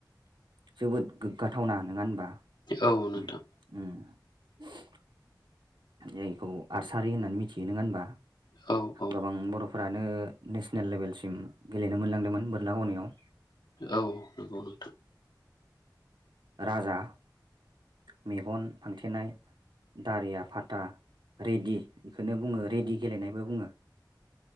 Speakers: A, on the right; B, on the left.
A: जोबोद गोग्गाथावना नङा होनबा
B: औ नोंथां
A: उम उम <inaudible> जायखौ आरसारि होननानै मिथियो नङा होनबा
B: औ औ
A: गोबां बर'फोरानो नेसनेल लेभेलसिम गेलेनो मोनलांदोंमोन बोरलागावनायाव
B: औ नंगौ नोंथां
A: राजा मेगन फांथेनाय दारिआफा। टा रेदि बेखौनो बुङो रेदि गेलेनायबो बुङो।